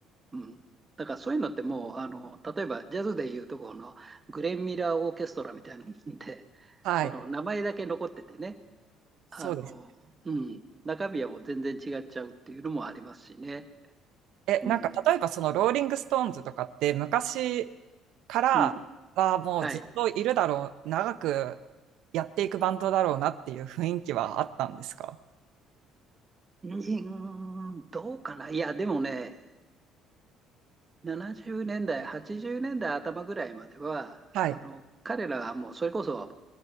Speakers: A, on the right (about 25°); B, on the right (about 75°).
A: うん。だからそういうのってもう、あの、例えばジャズでいうところのグレン・ミラー・オーケストラみたいなので、
B: はい。
A: その名前だけ残っててね、あの、
B: そうです。
A: うん、中身はもう全然違っちゃうっていうのもありますしね。
B: え、
A: うん、
B: なんか例えばそのローリング・ストーンズとかって昔からはもうずっといるだろう、
A: うん、はい。
B: 長くやっていくバンドだろうなっていう雰囲気はあったんですか
A: うん、どうかな。いや、でもね、70年代、80年代頭ぐらいまでは、
B: はい。
A: あの、彼らはもうそれこそ